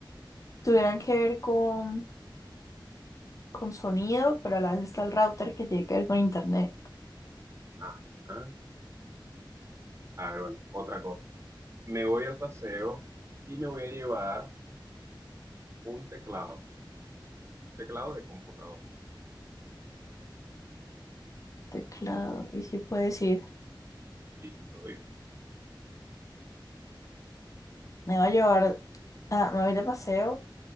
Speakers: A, on the left (about 40°); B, on the right (about 35°).
A: tuvieran que ver con, con sonido, pero a la vez está el router que tiene que ver con internet.
B: Ah, ah, ah, bueno, otra cosa. Me voy al paseo y me voy a llevar un teclado, teclado de computador.
A: Teclado. Y sí puede decir,
B: Y si puedo ir,
A: me voy a llevar, ah, me voy de paseo